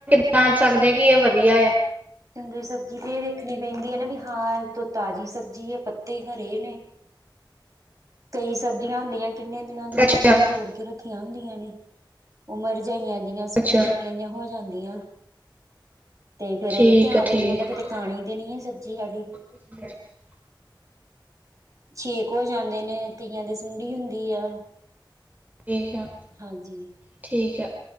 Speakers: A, on the right (about 20°); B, on the right (about 40°).
A: ਜਾਣ ਸਕਦੇ ਆ ਕਿ ਇਹ ਵਧੀਆ ਏ
B: ਚੰਗੀ ਸਬਜ਼ੀ ਤੇ ਇਹ ਵੇਖਣੀ ਪੈਂਦੀ ਹੈ ਨਾ ਵੀ ਹਾਂ ਇਹ ਤੋਂ ਤਾਜ਼ੀ ਸਬਜ਼ੀ ਹੈ। ਪੱਤੇ ਹਰੇ ਨੇ ਕਈ ਸਬਜ਼ੀਆਂ ਹੁੰਦੀਆਂ ਕਿੰਨੇ ਦਿਨਾਂ ਦੀਆਂ
A: ਅੱਛਾ
B: ਉਹਨਾਂ ਨੇ ਤੋੜ ਕੇ ਰੱਖੀਆਂ ਹੁੰਦੀਆਂ ਨੇ ਉਹ ਮਰਜਾਈਆਂ ਦੀਆਂ ਸੁੱਕੀਆਂ
A: ਅੱਛਾ
B: ਸੁੱਕੀਆਂ ਜਿਆਂ ਹੋ ਜਾਂਦੀਆਂ ਤੇ ਫੇਰ
A: ਠੀਕ
B: ਇਹ ਵੀ ਧਿਆਨ
A: ਆ
B: ਰੱਖਣਾ
A: ਠੀਕ
B: ਹੁੰਦਾ ਕਿਤੇ
A: ਆ,
B: ਕਾਣੀ ਦੇ ਨੀ ਹੈ ਸਬਜ਼ੀ ਸਾਡੀ
A: <inaudible>
B: ਛੇਕ ਹੋ ਜਾਂਦੇ ਨੇ, ਕਈਆਂ ਦੇ ਸੁੰਡੀ ਹੁੰਦੀ ਆ।
A: ਠੀਕ ਆ।
B: ਹਾਂਜੀ।
A: ਠੀਕ ਐ‌।